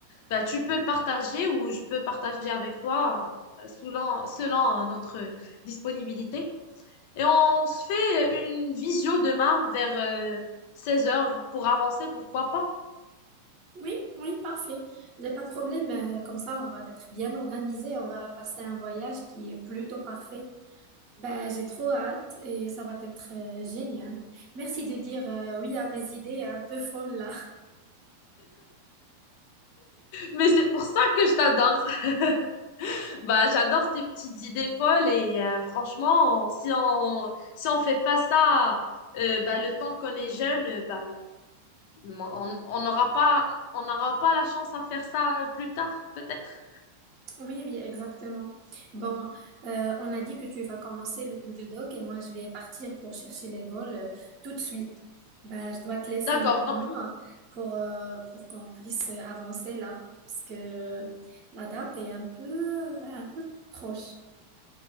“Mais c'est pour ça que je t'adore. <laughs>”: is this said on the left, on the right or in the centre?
Left